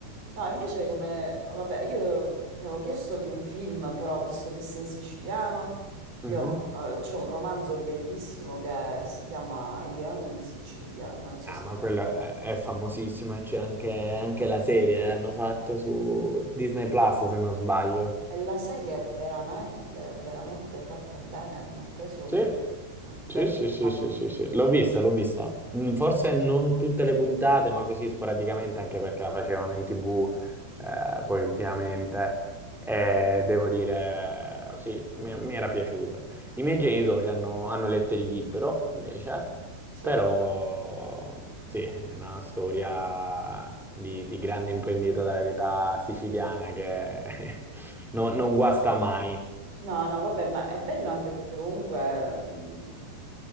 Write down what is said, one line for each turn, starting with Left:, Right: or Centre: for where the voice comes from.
Right: No, invece come... Vabbè, io ti avevo chiesto di un film, però visto che sei siciliano, io
Centre: Mhm.
Right: eh, c'ho un romanzo bellissimo che si chiama I Leoni di Sicilia. Non so
Centre: Ah,
Right: se...
Centre: ma quella è, è famosissima, c'è anche, anche la serie, eh, hanno fatto su Disney Plus, se non sbaglio.
Right: E la serie è veramente, veramente fatta bene. Mi ha preso un...
Centre: Sì,
Right: no,
Centre: sì,
Right: l'hai
Centre: sì, sì,
Right: guardata?
Centre: sì, sì, sì. L'ho vista, l'ho vista. Mm, Forse non tutte le puntate, ma così sporadicamente, anche perché la facevano in TV, eh, poi ultimamente. E devo dire, sì, mi, mi era piaciuta. I miei genitori hanno, hanno letto il libro, invece,
Right: Sì.
Centre: però sì, è una storia di, di grande imprendita della vita siciliana che <laughs> non non guasta mai.
Right: No, no, vabbè, ma è bello anche perché comunque mh,